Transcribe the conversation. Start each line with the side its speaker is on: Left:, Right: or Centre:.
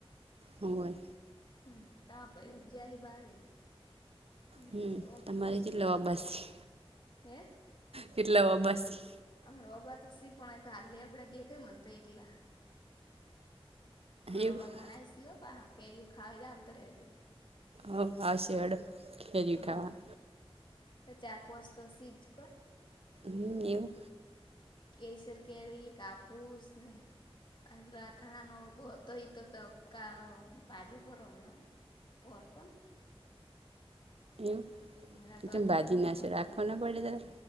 Right: હોય
Left: હમ તાપાઈ હજ બારે મે
Right: હમ
Left: છે, ઓગણ
Right: તમારે
Left: સી
Right: કેટલા વાબાસી
Left: હે
Right: કેટલા વાબાસી
Left: અમારોબા તો સી પણ તો હાલલે આપડા દેખે મને તો એકલા હા
Right: એવું
Left: રોબા ઘણાય સીઓ કેરી ખાવીાવતો ર હજુ
Right: હ, હ શડ ખજી
Left: હા
Right: ખાવા
Left: ચાર, પોચ તો સીજક
Right: હમ એવું
Left: કેસર, કેરી, કાપુસ ને અને પેલા અથાણા નો, હતો તો ક બાજુ પર હમણાં પર કોન
Right: એવું
Left: એરા, તો
Right: તેમ
Left: અથાણું
Right: ભાજી
Left: નહીં
Right: નાશે
Left: બનાવી
Right: રાખવા ના પડે તાર